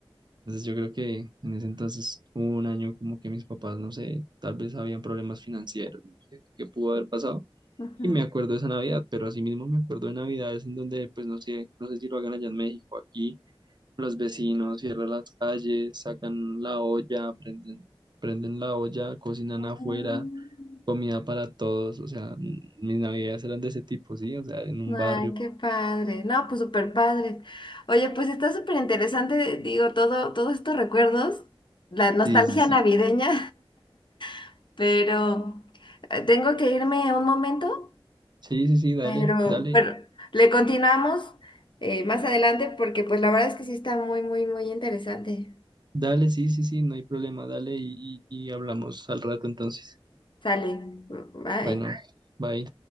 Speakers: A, on the right; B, on the left.
A: entonces yo creo que en ese entonces hubo un año como que mis papás, no sé, tal vez habían problemas financieros, no sé qué pudo haber pasado.
B: Ujú.
A: Y me acuerdo de esa Navidad, pero asimismo me acuerdo de Navidades en donde, pues no sé, no sé si lo hagan allá en México, aquí los vecinos cierran las calles, sacan la olla, prenden, prenden la olla, cocinan
B: Mm.
A: afuera, comida para todos, o sea, mm, mis Navidades eran de ese tipo, ¿sí? O sea, en un
B: Ay,
A: barrio.
B: qué padre. No, pues súper padre. Oye, pues está súper interesante, digo, todo, todos estos recuerdos, la nostalgia
A: Sí, sí, sí.
B: navideña, <laughs> pero eh, tengo que irme un momento,
A: Sí, sí, sí, dale,
B: Pero,
A: dale.
B: pero le continuamos eh, más adelante porque pues la verdad es que sí está muy, muy, muy interesante.
A: Dale, sí, sí, sí, no hay problema, dale y, y y hablamos al rato entonces.
B: Sale. mm, Bye.
A: Bueno, bye.